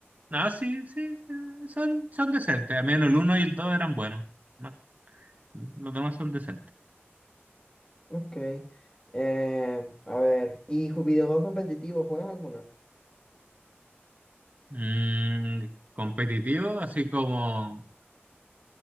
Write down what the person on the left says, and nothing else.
Ok. Eh, a ver, ¿y ju- videojuegos competitivos? ¿Juegas alguno?